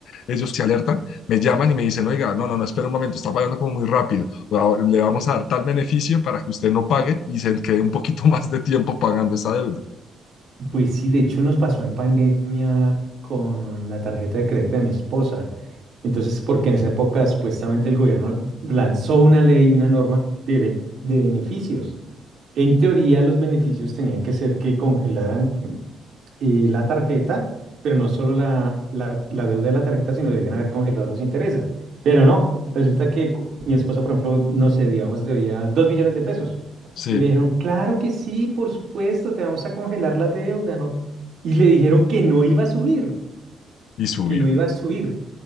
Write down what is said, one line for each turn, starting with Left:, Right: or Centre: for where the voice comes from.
Left: ellos se alertan, me llaman y me dicen, oiga, no, no, no, espera un momento, está pagando como muy rápido, o le vamos a dar tal beneficio para que usted no pague y se quede un poquito <laughs> más de tiempo pagando esa deuda.
Right: Pues sí, de hecho nos pasó en pandemia con la tarjeta de crédito de mi esposa. Entonces, porque en esa época supuestamente el gobierno lanzó una ley, una norma de, ben- de beneficios. En teoría, los beneficios tenían que ser que congelaran y la tarjeta, pero no solo la, la, la deuda de la tarjeta, sino debían haber congelado los intereses. Pero no, resulta que cu- mi esposa, por ejemplo, no sé, digamos, debía dos millones de pesos.
Left: Sí,
Right: Y le dijeron, claro que sí, por supuesto, te vamos a congelar la deuda. No. Y le dijeron que no iba a subir,
Left: y subió.
Right: que no iba a subir.